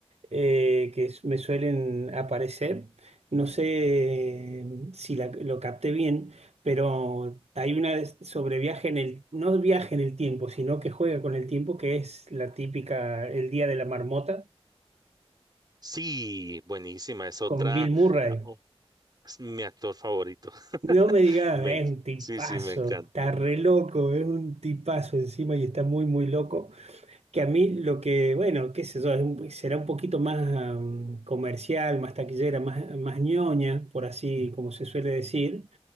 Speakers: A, on the right; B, on the right.
A: eh, que s- me suelen aparecer. No sé mm, si la- lo capté bien, pero hay una de- sobre viaje en el, no viaje en el tiempo, sino que juega con el tiempo, que es la típica El Día de la Marmota,
B: Sí, buenísima. Es otra,
A: con Bill Murray.
B: ah, oh, es mi actor favorito. <laughs>
A: No me digas,
B: Me-
A: es un tipazo,
B: sí, sí, me encanta.
A: está re loco, es un tipazo encima y está muy, muy loco. que a mí lo que, bueno, qué sé yo, es un- será un poquito más am, comercial, más taquillera, más, más ñoña, por así como se suele decir,